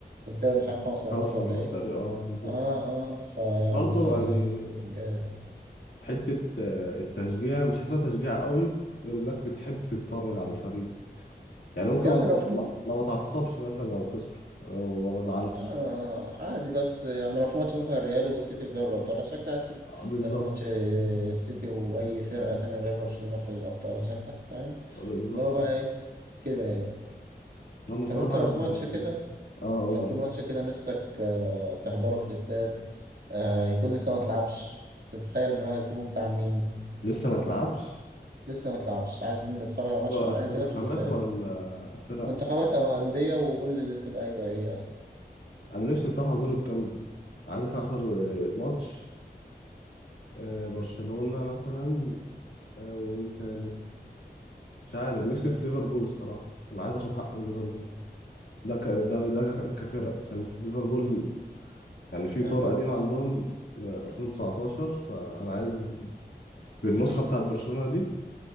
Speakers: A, on the right; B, on the left.
A: الدوري مش عارف خمس
B: خمس
A: مرات ولا
B: مرات
A: إيه
B: تقريبا أه بالظبط
A: آه آه فيعني
B: بس برضه يعني
A: إنجاز
B: حتة آه، التشجيع مش حاسسها تشجيع قوي غير إنك بتحب تتفرج على الفريق يعني ممكن
A: يعني
B: ما,
A: لو في م-
B: ما, ما بتعصبش مثلا لو خسر أو ما بزعلش
A: آه عادي بس يعني لو في ماتش مثلا الريال والسيتي في دوري الأبطال هشجع السيتي
B: آه، بالظبط
A: لو في ماتش السيتي وأي فرقة تانية غير برشلونة في الأبطال هشجع فاهم
B: بالظبط
A: اللي هو بقى إيه كده يعني
B: لما
A: طب
B: صراحة
A: أنت لو في ماتش
B: يعني
A: كده
B: اه اقوله
A: لو في ماتش كده نفسك آه، تحضره في الاستاد آه، يكون لسه ما اتلعبش تتخيل ان هو يكون بتاع مين
B: لسه ما تلعبش
A: لسه ما اتلعبش عايز انت تتفرج على
B: ده
A: ماتش معين
B: منتخبات
A: كده في الاستاد
B: ولا فرق
A: منتخبات او انديه وقول لي الاستاد هيبقى ايه اصلا
B: انا نفسي صراحة ازور الكامب نو عايز مثلا احضر آه، ماتش آه، برشلونة مثلا آه، ومين تاني مش عارف نفسي
A: مم.
B: في ليفربول الصراحة انا عايز اخد حق من ليفربول ده ك... ده ده ك- كفرق عشان في ليفربول يعني في
A: آه.
B: طار قديم عندهم آه، 2019 فانا عايز بالنسخه بتاعت برشلونه دي